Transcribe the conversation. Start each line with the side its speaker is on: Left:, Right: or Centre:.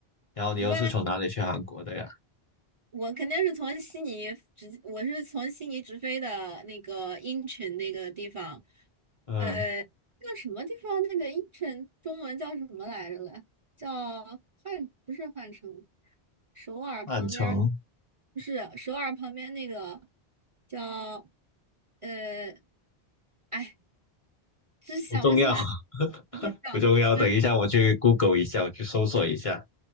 Left: 然后你又是从哪里去韩国的呀？
Right: 我爸妈我肯定是从悉尼直，我是从悉尼直飞的那个英城那个地方，
Left: 嗯，
Right: 呃，叫什么地方？那个英城中文叫什么来着了？叫汉，不是汉城，首尔旁边儿
Left: 汉城
Right: 不是首尔旁边那个叫，呃，哎，真想不起来，
Left: 不重要，<laughs>
Right: 对，叫对
Left: 不重要。等一下我去 Google 一下，我去搜索一下。